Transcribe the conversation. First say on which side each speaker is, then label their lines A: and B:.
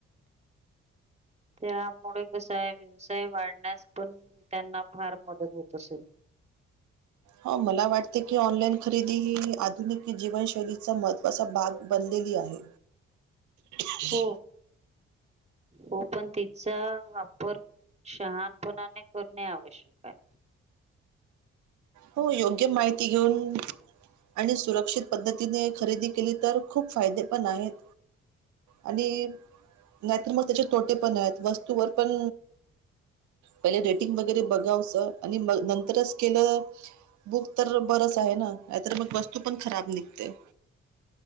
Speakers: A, on the right (about 20°); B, on the right (about 70°).
A: त्यामुळे कसा आहे. व्यवसाय वाढण्यास पण त्यांना फार मदत होत असेल.
B: हो मला वाटते की, ऑनलाईन खरेदी ही आधुनिक जीवनशैलीचं मत् असं भाग बनलेली आहे. <unintelligible> <inaudible> हली
A: हो हो पण तिचा वापर सहानपणाने करणे आवश्यक आहे.
B: हो योग्य माहिती घेऊन. आणि सुरक्षित पद्धतीने खरेदी केली तर खूप फायदे पण आहेत. आणि नाहीतर मग त्याचे तोटे पण आहेत. वस्तूवर पण पहिले रेटिंग वगैरे बघावचं आणि म नंतरच केलं. बुक तर बरंच आहे ना, नाहीतर मग वस्तू पण खराब निघते.